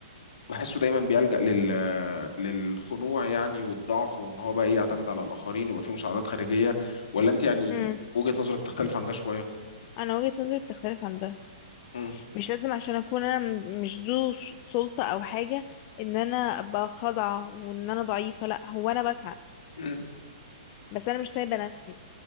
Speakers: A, on the left; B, on the left.
A: بحسه دايما بيلجأ لل للخنوع يعني والضعف وان هو بقى ايه يعتمد على الاخرين ويبقى فيه مساعدات خارجيه ولا انت يعني
B: امم
A: وجهه نظرك تختلف عن ده شويه
B: انا وجهة نظري بتختلف عن ده
A: امم
B: مش لازم عشان اكون انا م- مش ذو ش- سلطة او حاجة ان انا ابقى خاضعة وان انا ضعيفة لا هو انا بسعى
A: مم.
B: بس انا مش سايبة نفسي